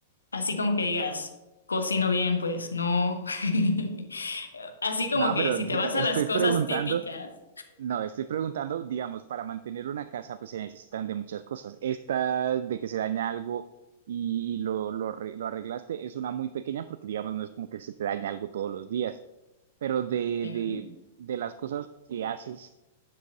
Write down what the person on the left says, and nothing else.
Así como que digas, cocino bien, pues no. <laughs> Así como
que
si
te vas
a las cosas
típicas,
em,